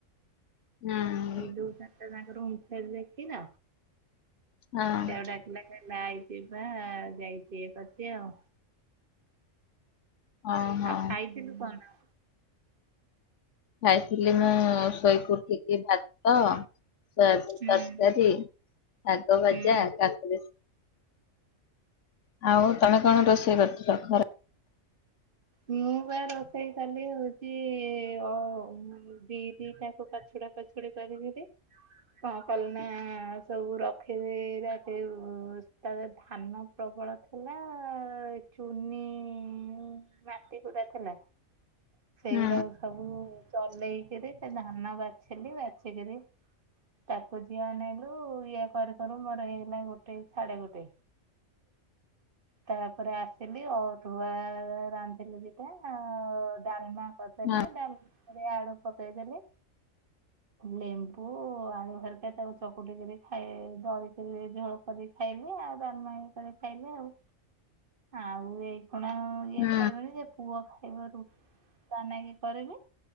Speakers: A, on the left; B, on the right.
A: ନା-ଆ-ଆ-ଇ।
B: ଯଉ ଚାରିଟା ଯାଙ୍କ ରୁମ୍ ସେଇଠି ଦେଖିଲ
A: ହଁ।
B: ସେୟା ଡାକିଲା ହେ ଲାଇଛି ବା ଯାଇଛି ଇଏ କରିଛି ଆଉ।
A: ଓହୋ
B: ଆଉ ଖାଇଥିଲୁ କଣ?
A: ଖାଇଥିଲି ମୁଁ-ଉ-ଉ-ଉ ଶୋଇକି ଉଠିକି ଭାତ ସୋୟାବିନ୍
B: ହୁଁ
A: ତରକାରୀ, ଶାଗ ଭଜା,
B: ହୁଁ
A: କାକୁଡ଼ି। ଆଉ ତମେ କଣ ରୋଷେଇ କରିଥିଲ ଖରା
B: ମୁଁ ବା ରୋଷେଇ କଲି ହଉଛି-ଇ-ଇ-ଇ ଅ-ଅ-ଅ ବିରି ତାଙ୍କୁ ପାଛୁଡା ପାଛୁ <unintelligible> କଣ କଲି ନା-ଆ-ଆ-ଆ ସବୁ ରଖିଦେଇ <unintelligible> ଉ-ଉ-ଉ ତାରେ ଧାନ ପ୍ରବଳ ଥିଲା-ଆ-ଆ-ଆ ଚୁନି-ଇ-ଇ-ଇ ମାଟି ଗୁଡା ଥିଲା। ସେଇଗୁଡାକୁ
A: ହୁଁ
B: ସବୁ ଚଲେଇକିରି ସେ ଧାନ ବାଛିଲି ବାଛିକିରି ତାକୁ ଝିଅ ଅନେଇଲୁ ଇଏ କରୁ କରୁ ବଡ ହେଇଗଲା ଗୋ ଟେ ସାଢ଼େ ଗୋଟେ। ତାପରେ ଆସିଲି ଅରୁଆ ରାନ୍ଧିଲି ଦିଟା-ଆ-ଆ-ଆ, ଡାଲମା କରିଦେଲି
A: ହଁ
B: ଡାଲ ରେ ଆଳୁ ପକେଇଦେଲି। ଲେମ୍ବୁ ଆଳୁ ହେରିକା ତାକୁ ଚକୁଟିକିରି ଖାଇ ଦଳିକରି ଝୋଳ କରି ଖାଇଲି ଆଉ ଡ଼ାଲେମା କରି ଖାଇଲେ ଆଉ ଆଉ ଏଇ ଖିନା-ଆ-ଆ-ଆ ଇଏ
A: ହୁଁ
B: କରିବନି ଯେ ପୁଅ ଖାଇବ ରୁ ତା ନାଗି କରିବି।